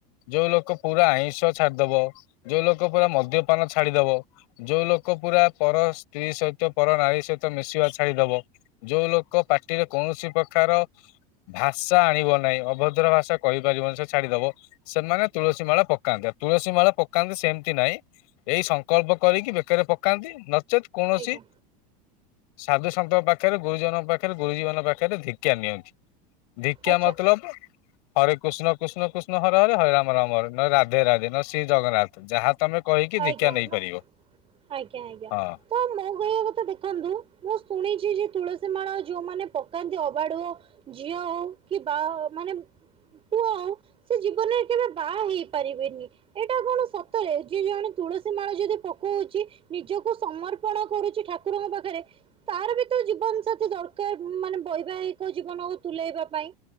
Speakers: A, on the left; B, on the right.
A: ଯୋଉ ଲୋକ ପୁରା ଆଇଁଷ ଛାଡିଦବ ଯୋଉ ଲୋକ ପୁରା ମଦ୍ୟପାନ ଛାଡିଦବ। ଯୋଉ ଲୋକ ପୁରା ପର ସ୍ତ୍ରୀ ସଇ ତ ପର ନାରୀ ସହିତ ମିଶିବା ଛାଡିଦବ ଯୋଉ ଲୋକ ପାଟିରେ କୌଣସି ପ୍ରକାର ଭାଷା ଆଣିବ ନାହିଁ ଅଭଦ୍ର ଭାଷା କହିପାରିବନି ସେ ଛାଡିଦବ। ସେମାନେ ତୁଳସୀ ମାଳ ପକାନ୍ତେ ଆଉ ତୁଳସୀ ମାଳ ପକାନ୍ତେ ସେମତି ନାଇଁ। ଏଇ ସଂକଳ୍ପ କରିକି ବେକରେ ପକାନ୍ତି ନଚେତ୍ କୌଣସି
B: ଆଜ୍ଞା
A: ସାଧୁ ସନ୍ତଙ୍କ ପାଖରେ ଗୁରୁଜନଙ୍କ ପାଖରେ ଗୁରୁଜୀ ମାନ ଙ୍କ ପାଖରେ ଧିକ୍ଷା ନିଅନ୍ତି। ଧିଖ୍ୟା
B: ଆଚ୍ଛା
A: ମତଲବ ହରେ କୃଷ୍ଣ କୃଷ୍ଣ କୃଷ୍ଣ ହରେ ହରେ ହରେ ରାମ ରାମ ହରେ ନ ରାଧେ ରାଧେ ନ ଶ୍ରୀ ଜଗନ୍ନାଥ ଯାହା ତମେ କହିକି ଦୀକ୍ଷା
B: ଆଜ୍ଞା
A: ନେଇପାରିବ
B: ଆଜ୍ଞା ଆଜ୍ଞା
A: ହଁ।
B: ମୋ କହିବା ତ ଦେଖନ୍ତୁ ମୁଁ ଶୁଣିଛି ଯେ ତୁଳସୀ ମାଳ ଯୋଉମାନେ ପକାନ୍ତି ଅବାଡୁଅ ଝିଅ ହଉ କି ବାହା ମାନେ ପୁଅ ହଉ ସେ ଜୀବନରେ କେବେ ବାହା ହେଇପାରିବେନି ଏଇଟା କଣ ସତରେ କିଏ ଜଣେ ତୁଳସୀ ମାଳ ଯଦି ପକଉଚି ନିଜକୁ ସମର୍ପଣ କରୁଚି ଠାକୁରଙ୍କ ପାଖରେ। ତାର ବି ତ ଜୀବନ ସାଥି ଦରକାର ମାନେ ବୈବାହିକ ଜୀବନକୁ ତୁଲେଇବା ପାଇଁ।